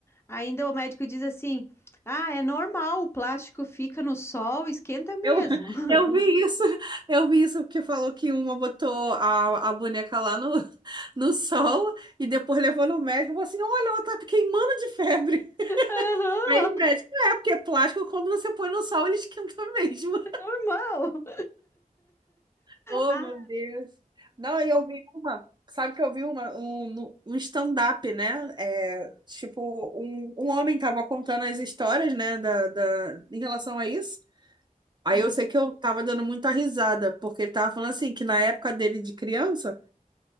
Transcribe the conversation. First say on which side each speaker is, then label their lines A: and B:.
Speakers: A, on the left; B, on the right.
A: Ainda o médico diz assim: "Ah, é normal, o plástico fica no sol, esquenta mesmo".
B: Eu,
A: <laughs>
B: eu vi isso, eu vi isso porque falou que uma botou a, a boneca lá no, no sol e depois levou no médico e falou assim: olha, ela tá queimando de febre.
A: Aham,
B: Aí o médico, é, porque é plástico, quando você põe no sol, ele esquenta mesmo.
A: normal.
B: Oh,
A: Ah,
B: meu Deus. Não, e eu vi uma, sabe que eu vi uma, um, um stand-up, né? É, tipo, um, um homem tava contando as histórias, né, da, da, em relação a isso. Aí
A: gente,
B: eu sei que eu tava dando muita risada, porque ele tava falando assim, que na época dele de criança,